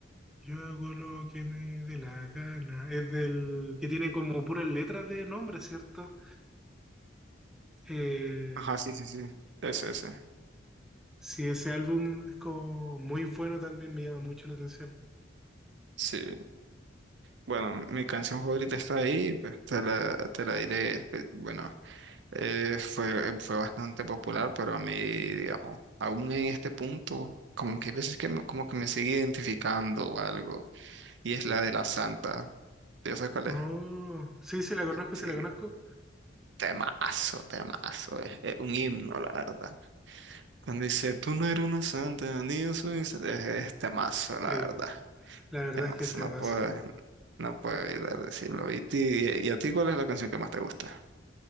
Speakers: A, in the centre; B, on the right.
A: Yo hago lo que me dé la gana. Es del que tiene como puras letras de nombre, ¿cierto? Eh,
B: Ajá, sí, sí, sí. Ese, ese.
A: sí, ese álbum es como muy bueno también, me llama mucho la atención.
B: Sí, bueno, mi canción favorita está ahí, pues te la, te la diré. que, Bueno, eh, fue, fue bastante popular, pero a mí, digamos, aún en este punto, como que hay veces que me, como que me sigue identificando o algo, y es la de la Santa. ¿Ya sabes cuál
A: Oh,
B: es?
A: sí, sí, la conozco,
B: Sí,
A: sí, la conozco.
B: temazo, temazo, es, es un himno, la verdad. Cuando dice, tú no eres una santa, ni yo soy, un santa", es, es temazo, la
A: Sí,
B: verdad.
A: la verdad
B: Además,
A: es que este
B: no
A: vaso.
B: puedo, no puedo evitar decirlo. ¿Y, ti- y a ti cuál es la canción que más te gusta?